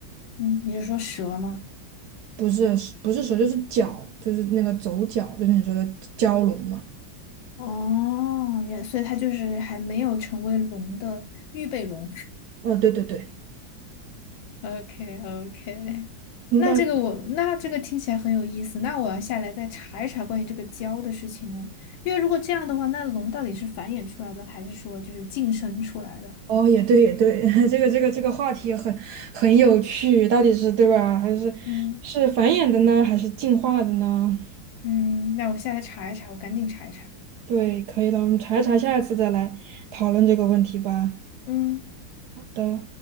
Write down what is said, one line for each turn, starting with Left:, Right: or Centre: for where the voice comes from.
Left: 嗯，你是说蛇吗？
Right: 不是不是蛇，就是脚，就是那个走角，就是你说的蛟龙嘛。
Left: 哦，原，所以它就是还没有成为龙的预备龙。
Right: 呃，对对对，
Left: OK OK，
Right: 应该。
Left: 那这个我那这个听起来很有意思，那我要下来再查一查关于这个胶的事情呢。因为如果这样的话，那龙到底是繁衍出来的，还是说就是晋升出来的？
Right: 哦，也对也对，<laughs> 这个这个这个话题很很有趣，到底是对吧？还是是繁衍的呢，
Left: 嗯
Right: 还是进化的呢？
Left: 嗯，那我下来查一查，我赶紧查一查。
Right: 对，可以了，我们查一查，下一次再来讨论这个问题吧。
Left: 嗯。
Right: 的。